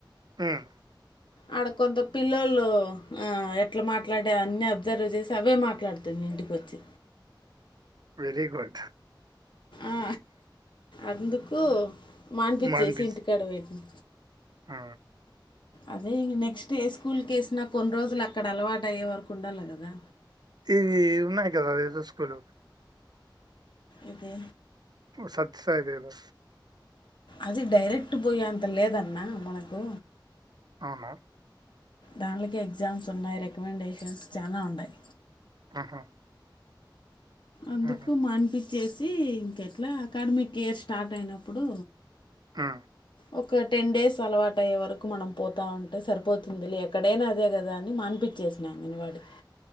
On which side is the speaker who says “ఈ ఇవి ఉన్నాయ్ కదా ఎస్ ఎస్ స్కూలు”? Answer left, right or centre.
Right